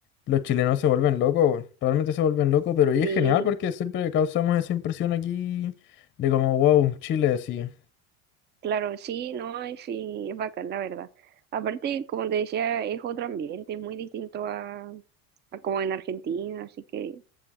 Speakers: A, on the left (about 30°); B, on the right (about 30°).
A: los chilenos se vuelven locos, weón. Realmente se vuelven locos, pero y
B: sí.
A: es genial porque siempre causamos esa impresión aquí de como, wow, Chile así.
B: Claro, sí, no, y sí, es bacán, la verdad. Aparte, como te decía, es otro ambiente, es muy distinto a, a como en Argentina, así que